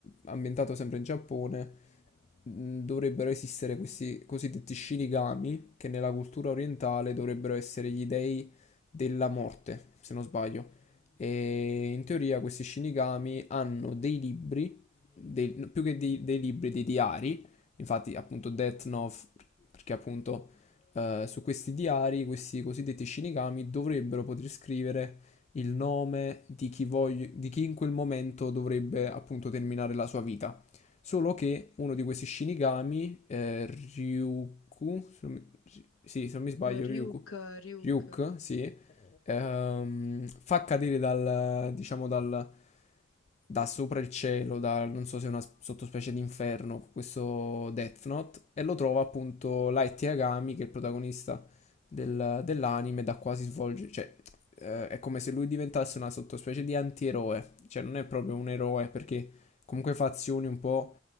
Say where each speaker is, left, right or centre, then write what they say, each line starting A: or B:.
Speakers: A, on the left; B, on the left.
A: ambientato sempre in Giappone, mh, dovrebbero esistere questi cosiddetti Shinigami, che nella cultura orientale dovrebbero essere gli dei della morte, se non sbaglio. E in teoria questi Shinigami hanno dei libri, dei- no, più che dei dei libri, dei diari Infatti, appunto, Death Note, perché appunto eh, su questi diari, questi cosiddetti Shinigami dovrebbero poter scrivere il nome di chi, vogl- di chi in quel momento dovrebbe appunto terminare la sua vita. Solo che uno di questi Shinigami, eh, Ryuku, se non mi- sì, se non mi sbaglio,
B: Eh, Ryuk,
A: Ryuku,
B: Ryuk.
A: Ryuk, sì, ehm, fa cadere dal, diciamo, dal, da sopra il cielo, da, non so se è una sottospecie di inferno, questo Death Note, e lo trova appunto Light Yagami, che è il protagonista del- dell'anime, da quasi svolge, cioè eh, è come se lui diventasse una sottospecie di antieroe, cioè non è proprio un eroe perché comunque fa azioni un po'